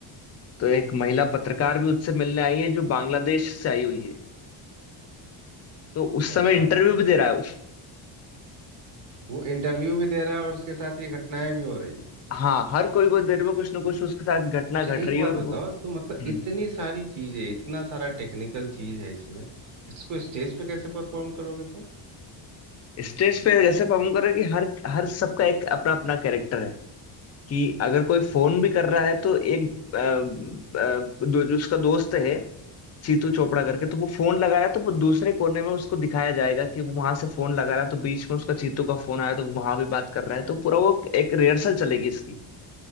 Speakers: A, on the left; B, on the right.
A: तो एक महिला पत्रकार
B: एक
A: भी उससे मिलने आई है जो बांग्लादेश से आई हुई है तो उस समय
B: अच्छा
A: इंटरव्यू भी दे रहा है वो
B: वो इंटरव्यू भी दे रहा है और उसके साथ ये घटनाएं भी हो रही है
A: हाँ हर कोई को देर में कुछ ना कुछ उसके साथ घटना
B: अच्छा
A: घट
B: एक
A: रही
B: बात
A: है और
B: बताओ
A: वो
B: तो मतलब
A: हम्म
B: इतनी सारी चीजें इतना सारा टेक्निकल चीज है इसमें इसको स्टेज पे कैसे परफॉर्म करोगे तुम
A: स्टेज पे ऐसे परफॉर्म कर रहा है कि हर हर सबका एक अपना अपना कैरेक्टर है कि अगर कोई फोन भी कर
B: अच्छा
A: रहा
B: अच्छा
A: है तो एक अ, अ, दो, जो उसका दोस्त है सीतू चोपड़ा करके तो वो फोन लगाया तो वो दूसरे कोने में उसको दिखाया जाएगा कि वो वहां से फोन लगा रहा है तो बीच में उसका चीतू का फोन आया तो वो वहां भी बात कर रहा है तो पूरा वो एक रिहर्सल चलेगी इसकी